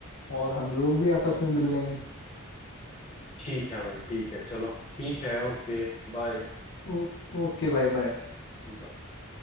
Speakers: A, on the left; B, on the left.
A: और हम लोग भी आपस में मिल लेंगे
B: ठीक है भाई ठीक है चलो ठीक है ओके बाय
A: ओ, ओके भाई बाय
B: बाय